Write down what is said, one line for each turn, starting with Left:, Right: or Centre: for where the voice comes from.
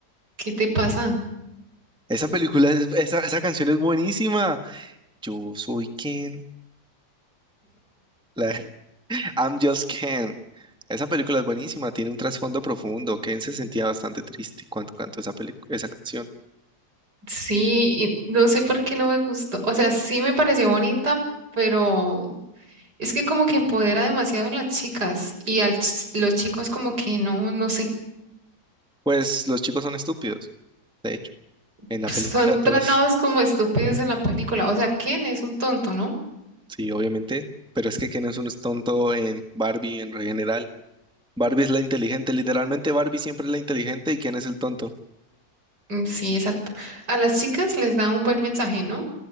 Right: ¿qué te pasa?
Centre: Esa película, es- esa, esa canción es buenísima. Yo soy Ken, la- <laughs> I'm just Ken. Esa película es buenísima, tiene un trasfondo profundo. Ken se sentía bastante triste cuando cantó esa película, esa canción.
Right: Sí, y no sé por qué no me gustó. O sea, sí me pareció bonita, pero es que como que empodera demasiado a las chicas y a los chicos como que no, no sé,
Centre: Pues los chicos son estúpidos, de hecho,
Right: <laughs>
Centre: en
Right: pues
Centre: la película
Right: son tratados
Centre: <laughs> todos.
Right: como estúpidos en la película. O sea, ¿quién es un tonto, no?
Centre: Sí, obviamente, pero es que Ken es un tonto en Barbie en general. Barbie es la inteligente, literalmente Barbie siempre es la inteligente y Ken es el tonto.
Right: Mm, Sí, exacto. A las chicas les da un buen mensaje, ¿no?